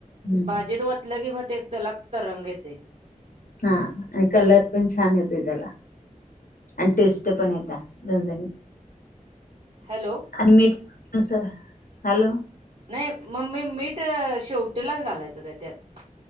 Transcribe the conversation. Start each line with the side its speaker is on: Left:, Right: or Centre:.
Left: हम्म
Right: भाजीत वतल की मग ते त्याला रंग येतय
Left: हा. आणि कलर पण छान येतोय त्याला आणि टेस्ट पण येत्या जणजणीत
Right: हॅलो.
Left: आणि मीठ नुसार हॅलो.
Right: नाही म मी मीठ शेवटीलाच घालायचं काय त्यात?